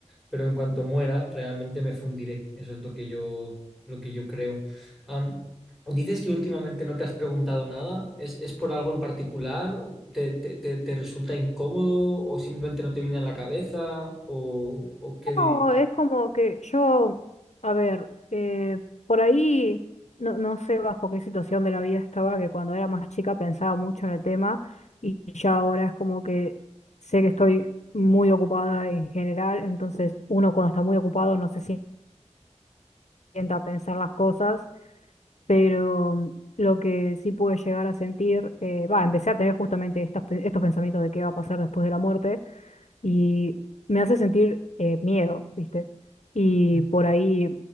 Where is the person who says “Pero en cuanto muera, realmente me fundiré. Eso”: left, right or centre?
Centre